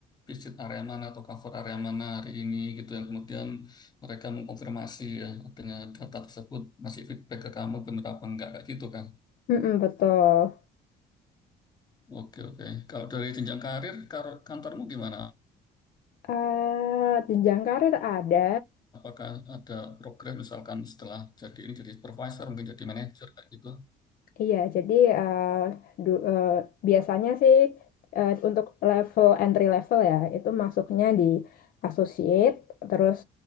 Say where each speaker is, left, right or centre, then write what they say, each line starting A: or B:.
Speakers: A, on the left; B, on the left.
A: visit area mana atau cover area mana hari ini gitu yang kemudian mereka mengkonfirmasi ya artinya data tersebut masih feedback ke kamu benar apa enggak kayak gitu kan?
B: Mm-mm, betul.
A: Oke, oke. Kalau dari jenjang karir, kar- kantormu gimana?
B: Eh, jenjang karir ada,
A: Apakah ada program misalkan setelah jadi ini jadi supervisor, mungkin jadi manajer kayak gitu?
B: iya. Jadi eh, du- eh, biasanya sih eh, untuk level entry level ya itu masuknya di associate, terus